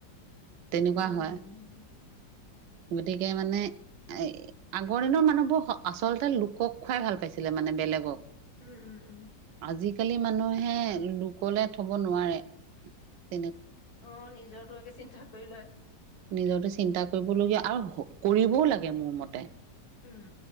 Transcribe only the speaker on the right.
তেনেকুৱা
হয়
গতিকে মানে এ আগৰ দিনৰ মানুহবোৰ আচলতে লোকক খুৱাই ভাল পাইছিলে মানে বেলেগক।
আজিকালি মানুহে লোকলে থব নোৱাৰে। উ
নিজৰতো চিন্তা কৰিবলগীয়া আৰু হব কৰিবও লাগে মোৰ মতে।